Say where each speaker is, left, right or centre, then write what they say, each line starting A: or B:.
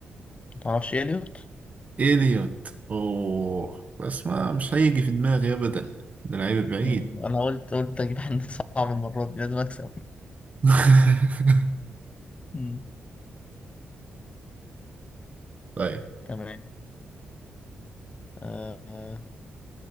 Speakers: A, on the left; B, on the right.
A: متعرفش إليوت
B: إليوت أوه بس ما مش هيجي في دماغي أبدا ده لعيب بعيد
A: مم. أنا قلت قلت أجيب حد صعب المرة دي لازم أكسب
B: <laughs>
A: مم.
B: طيب
A: تمام أه آه،